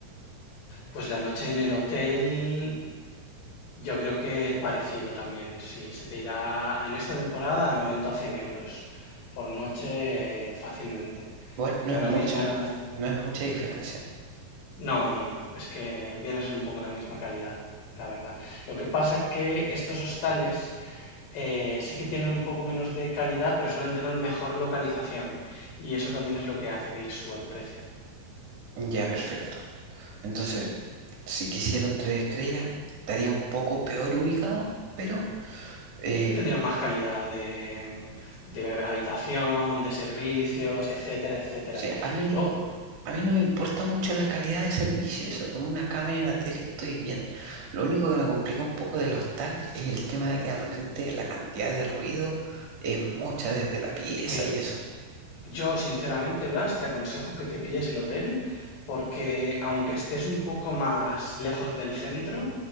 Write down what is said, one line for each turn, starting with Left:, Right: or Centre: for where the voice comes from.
Left: Pues la noche en el hotel, yo creo que parecido también. Sí, se te irá en esta temporada a 90 o 100 euros por noche eh, fácilmente.
Right: igual no
Left: Que ahora
Right: es mucha,
Left: mismo
Right: no es mucha diferencia.
Left: No, no, no. Es que viene a ser un poco la misma calidad, la verdad. Lo que pasa que estos hostales eh, sí que tienen un poco menos de calidad, pero suelen tener mejor localización. Y eso también es lo que hace que les suba el precio.
Right: Ya, perfecto. Entonces, si quisiera un tres estrellas, estaría un poco peor ubicado, pero eh,
Left: Tendrán más
Right: o
Left: calidad de, de habitación, de servicios, etcétera, etcétera.
Right: sea, a mí,
Left: Luego,
Right: a mí no me importa mucho la calidad de servicio, eso, con una cama y una tele estoy bien. Lo único que me complica un poco del hostal es el tema de que de repente la cantidad de ruido es mucha desde la pieza
Left: mira,
Right: y eso.
Left: Yo, sinceramente, Blas, te aconsejo que te pilles el hotel porque aunque estés un poco más lejos del centro,